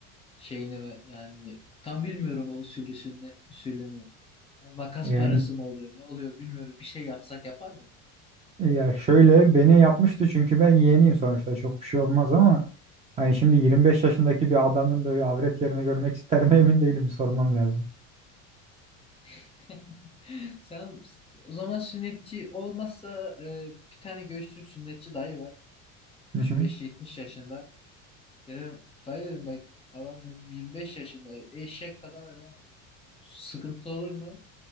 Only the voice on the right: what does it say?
yani
Ya şöyle beni yapmıştı çünkü ben yeğeniyim sonuçta çok bir şey olmaz ama hani şimdi 25 yaşındaki bir adamın da öyle avret yerini görmek ister mi <laughs> emin değilim sormam lazım.
Hı hı.